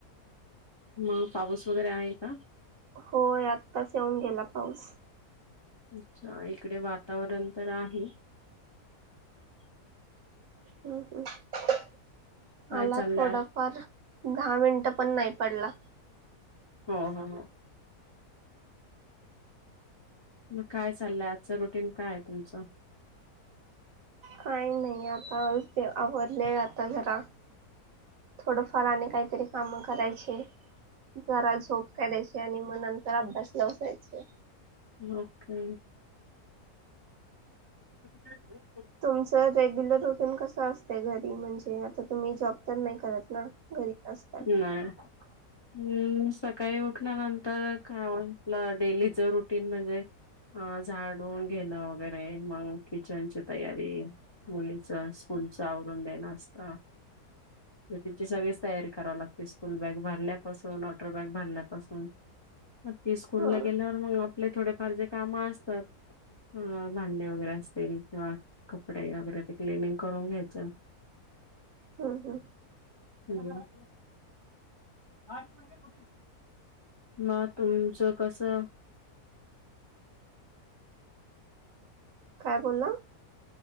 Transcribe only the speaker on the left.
मग पाऊस वगैरे आहे का?
अच्छा इकडे वातावरण तर आहे.
काय
चाललंय
हो ह ह मग काय चाललंय आजचं रुटीन काय आहे तुमचं.
ओके ह हो
नाही. हम्म सकाळी उठल्यानंतर काय म्हटलं डेलीच रुटीन म्हणजे अ झाडून घेलं वगैरे मग किचनची तयारी. मुलीच स्कूलच आवरून देण असता त्यांची सगळी तयारी करा ला स्कूल बॅग भरण्यापासून टर बॅग भरण्यापासून ती स्कूल
ला गेल्यावर मग आपले थोडेफार जे काम असतात. अ भांडे वगैरे असतील किंवा कपडे वगैरे ते क्लिनिंग करून घ्यायचं.
हम् हां का थोडी मग तुमचं कसं